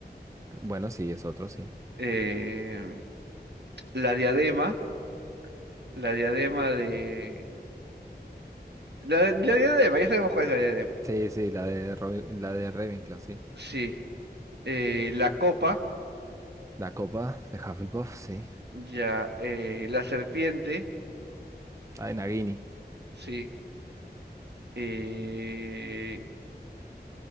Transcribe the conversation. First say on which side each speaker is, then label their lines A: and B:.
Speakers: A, on the right; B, on the right.
A: Bueno, sí, es otro, sí.
B: eh, la diadema. La diadema de. La, la diadema, ya sabemos cuál es la diadema.
A: Sí, sí, la de, Robin- la de Ravenclaw, sí.
B: Sí. eh, la copa.
A: La copa de Hufflepuff, sí.
B: Ya. eh, la serpiente.
A: Ah, Nagini.
B: Sí. eh,